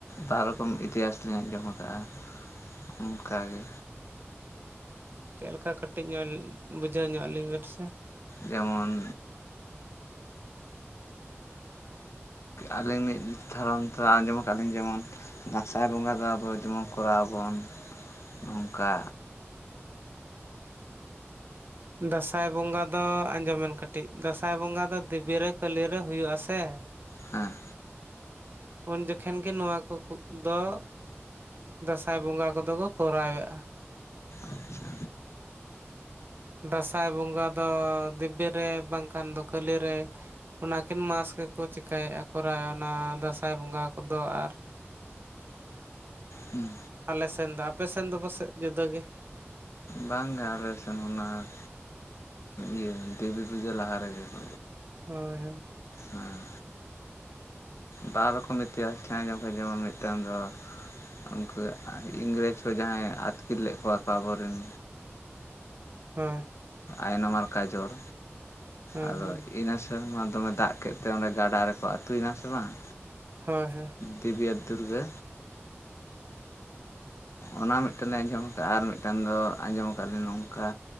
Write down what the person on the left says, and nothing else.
ᱵᱟᱨ ᱨᱚᱠᱚᱢ ᱤᱛᱤᱦᱟᱥ ᱞᱤᱧ ᱟᱸᱡᱚᱢ ᱟᱠᱟᱼᱟ ᱚᱱᱠᱟᱜᱮ
ᱡᱮᱢᱚᱱ ᱟᱹᱞᱤᱧ ᱢᱤᱫ ᱫᱟᱲᱟᱢ ᱛᱮ ᱟᱸᱡᱚᱢ ᱟᱠᱟᱫ ᱞᱤᱧ ᱡᱮᱢᱚᱱ ᱫᱟᱸᱥᱟᱭ ᱵᱚᱸᱜᱟ ᱫᱚ ᱟᱵᱚ ᱡᱮᱢᱚᱱ ᱠᱚᱨᱟᱣ ᱟᱵᱚᱱ ᱱᱚᱝᱠᱟ
ᱦᱮᱸ᱾
ᱟᱪᱪᱷᱟ
ᱦᱮᱸ
ᱵᱟᱝ ᱜᱮ ᱟᱞᱮ ᱥᱮᱱ ᱦᱚᱸ ᱱᱟᱜ ᱤᱭᱟᱹ ᱫᱮᱵᱤ ᱯᱩᱡᱟᱹ ᱞᱟᱦᱟ ᱨᱮᱜᱮ ᱠᱚ
ᱦᱮᱸ ᱵᱟᱨ ᱨᱚᱠᱚᱢ ᱤᱛᱤᱦᱟᱥ ᱛᱮᱸ ᱟᱧᱡᱚᱢ ᱠᱟᱜ ᱡᱮᱢᱚᱱ ᱢᱤᱫᱴᱟᱱ ᱫᱚᱼᱼ ᱩᱱᱠᱩ ᱟᱜ ᱤᱝᱨᱟᱹᱡᱽ ᱠᱚ ᱡᱟᱦᱟᱸᱭ ᱟᱛᱠᱤᱨ ᱞᱮᱫ ᱠᱚᱣᱟ ᱠᱚ ᱟᱵᱚ ᱨᱮᱱ᱾
ᱟᱭᱱᱚᱢ ᱟᱨ ᱠᱟᱡᱚᱨ
ᱟᱫᱚ
ᱤᱱᱟᱹᱥᱼᱼ ᱥᱮᱨᱢᱟ‌ ᱫᱚᱢᱮ ᱫᱟᱜ ᱠᱮᱫ ᱛᱮ ᱚᱸᱰᱮ ᱜᱟᱰᱟ ᱨᱮᱠᱚ ᱟᱛᱩ ᱭᱮᱱᱟ ᱥᱮ ᱵᱟᱝᱼᱼ
ᱫᱮᱵᱤᱭᱟ ᱫᱩᱨᱜᱟᱹ᱾ ᱚᱱᱟ ᱢᱤᱫ ᱴᱟᱱᱮ ᱟᱸᱡᱚᱢ ᱠᱟᱜ-ᱟ ᱟᱨ ᱢᱤᱫ ᱴᱟᱱ ᱫᱚ ᱟᱸᱡᱚᱢ ᱟᱠᱟᱫ ᱞᱤᱧ ᱱᱚᱝᱠᱟ᱾